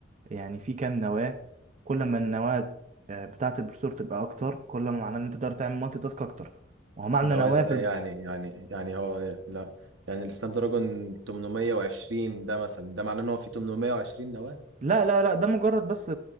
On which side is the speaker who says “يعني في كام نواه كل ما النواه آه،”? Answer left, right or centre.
Right